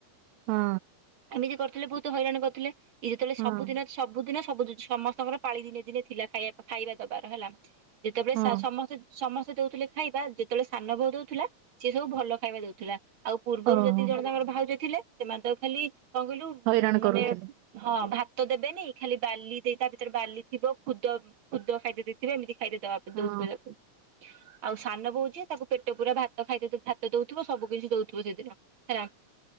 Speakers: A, on the right (about 80°); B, on the right (about 45°).
A: ହଁ।
B: ଏମିତି କରିୁଥିଲେ ବହୁତ ହଇରାଣ କରିୁଥିଲେ ଇଏ ଯେତେବେଳେ
A: ହଁ
B: ସବୁଦିନ ସବୁଦିନ ସବୁ <unintelligible> ସମସ୍ତଙ୍କର ପାଳି ଦିନେ ଦିନେ ଥିଲା ଖାଇବା ଖାଇବା ଦବାର ହେଲା। ଯେତେବେଳେ
A: ହଁ
B: ସା ସମସ୍ତେ ସମସ୍ତେ ଦଉଥିଲେ ଖାଇବା ଯେତେବେଳେ ସାନ ବୋଉ ଦଉଥିଲା ସେ ସବୁ ଭଲ ଖାଇବା ଦଉଥିଲା। ଆଉ ପୂର୍ବରୁ
A: ଓହୋ
B: ଯେତିକି ଜଣ ତାଙ୍କର ଭାଉଜ ଥିଲେ ସେମାନେ ତାକୁ ଖାଲି କଣ କହିଲୁ ଉଁ
A: ହଇରାଣ
B: ମାନେ
A: କରୁଥିଲେ।
B: ହଁ ଭାତ ଦେବେନି ଖାଲି ବାଲି ଦେଇ ତା ଭିତରେ ବାଲି ଥିବ ଖୁଦ ଖୁଦ ଖାଇତେ ଦେଇଥିବେ ଏମିତି ଖାଇତେ ଦ
A: ହଁ
B: ଦେଉଥିବେ ତାକୁ। ଆଉ ସାନ ବୋଉ ଯିଏ ତାକୁ ପେଟ ପୁରା ଭାତ ଖାଇତେ ଭାତ ଦଉଥିବ ସବୁ କିିଛି ଦଉଥିବ ସେଦିନ। ରା